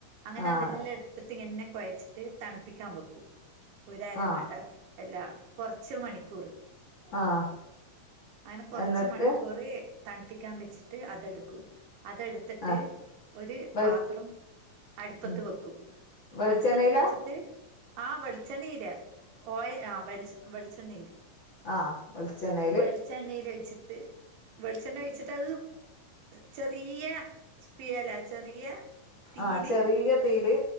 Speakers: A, on the right; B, on the left.
A: അങ്ങനെ
B: ആഹ്
A: അതെല്ലാം എടുത്തിട്ട് ഇങ്ങനെ കുഴച്ചിട്ട് തണുപ്പിക്കാൻ വെക്കൂ ഒരു അരമ-
B: ആഹ്
A: ഏഹ് അല്ലാ കോർച്ച് മണിക്കൂർ
B: ആഹ്
A: അങ്ങനെ കുറച്ച്
B: എന്നിട്ട്
A: മണിക്കൂറ് തണുപ്പിക്കാൻ വെച്ചിട്ട് അതെടുക്കും അതെടുത്തിട്ട്
B: ആഹ്
A: ഒരു
B: വെളി
A: പാത്രം അടുപ്പത്ത്
B: ഉം
A: വെക്കും
B: വെളിച്ചെണ്ണയിലാ
A: അടുപ്പത്ത് വെച്ചിട്ട് ആഹ് വെളിച്ചെണ്ണയില് ഓയ ആഹ് വെളി വെളിച്ചെണ്ണയില്
B: ആഹ് വെളിച്ചെണ്ണ
A: വെളിച്ചെണ്ണയിലൊഴിച്ചിട്ട് വെളിച്ചെണ്ണ ഒഴിച്ചിട്ട് അത് ചെറിയ സ്പിയല ചെറിയ തീയില്
B: ആഹ് ചെറിയ തീയില്